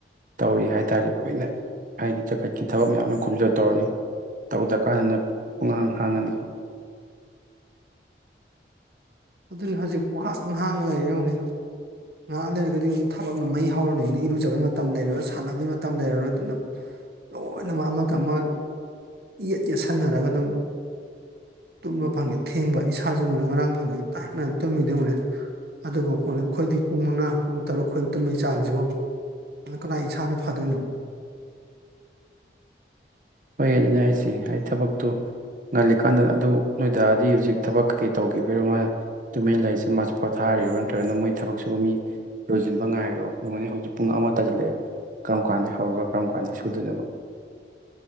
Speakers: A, on the right (about 45°); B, on the right (about 60°).
A: ꯇꯧꯔꯤ ꯍꯥꯏꯇꯥꯔꯦ ꯂꯣꯏꯅ ꯍꯥꯏꯗꯤ ꯖꯒꯠ ꯀꯤ ꯊꯕꯛ ꯃꯌꯥꯝꯅ ꯈꯣꯝꯖꯜꯂ ꯇꯧꯔꯅꯤ ꯇꯧꯗ ꯀꯥꯟꯗꯅ ꯄꯨꯡꯍꯥꯡ ꯍꯥꯡꯉꯅꯤ
B: ꯑꯗꯨꯅꯤ ꯍꯖꯤꯛ ꯄꯨꯍꯥꯡ ꯍꯥꯡꯉ ꯂꯩꯔꯦ ꯌꯦꯡꯉꯨꯅꯦ ꯉꯥꯍꯥꯛ ꯂꯩꯔꯒꯗꯤꯡ ꯊꯕꯛꯅ ꯃꯩ ꯍꯧꯔꯅꯤ ꯏꯔꯨꯖꯕꯩ ꯃꯇꯝ ꯂꯩꯔꯔꯣꯏ ꯁꯥꯟꯅꯕꯩ ꯃꯇꯝ ꯂꯩꯔꯔꯣꯏ ꯑꯗꯨꯅ ꯂꯣꯏꯅꯃꯛ ꯑꯃꯒ ꯑꯃ ꯏꯌꯦꯠ ꯌꯦꯠꯁꯟꯅꯔꯒ ꯑꯗꯨꯝ ꯇꯨꯝꯕ ꯐꯪꯉꯦ ꯊꯦꯡꯕ ꯏꯁꯥꯖꯤ ꯉꯣꯅꯦ ꯉꯔꯥꯡ ꯐꯪꯉꯦ ꯇꯥꯏꯞꯅ ꯇꯨꯝꯃꯤꯗꯣ ꯌꯦꯉꯨꯅꯦ ꯑꯗꯨꯒ <unintelligible> ꯈꯣꯏꯗꯤ ꯄꯨꯡ ꯃꯉꯥ ꯄꯨꯡ ꯇꯔꯨꯛ ꯈꯣꯏꯟ ꯇꯨꯝꯕꯩ ꯆꯥꯡꯖꯤꯕꯣꯕ ꯑꯗ ꯀꯅꯥ ꯏꯁꯥꯅ ꯐꯗꯣꯏꯅꯣ
A: ꯍꯣꯏ ꯑꯗꯨꯅꯦ ꯍꯥꯏꯁꯦ ꯍꯥꯏ ꯊꯕꯛꯇꯨ ꯉꯜꯂꯤꯀꯥꯟꯗ ꯑꯗꯨ ꯅꯣꯏ ꯗꯥꯗꯤ ꯍꯨꯖꯤꯛ ꯊꯕꯛ ꯀꯩꯀꯩ ꯇꯧꯒꯤꯕꯩꯔꯣ ꯃꯥꯅ ꯇꯨꯃꯤꯟ ꯂꯩꯁꯦ ꯃꯥꯖꯨ ꯄꯣꯊꯥꯔꯤꯔꯣ ꯅꯠꯇ꯭ꯔꯒꯅ ꯃꯣꯏ ꯊꯕꯛ ꯁꯨꯕ ꯃꯤ ꯂꯣꯏꯖꯤꯟꯕ ꯉꯥꯏꯔꯣ ꯌꯦꯡꯉꯣꯟꯅꯦ ꯍꯧꯖꯤꯛ ꯄꯨꯡ ꯑꯃ ꯇꯥꯖꯤꯜꯂꯛꯑꯦ ꯀꯔꯝ ꯀꯥꯟꯗꯩ ꯍꯧꯔꯒ ꯀꯔꯝ ꯀꯥꯟꯗꯩ ꯁꯨꯗꯣꯏꯅꯣꯕ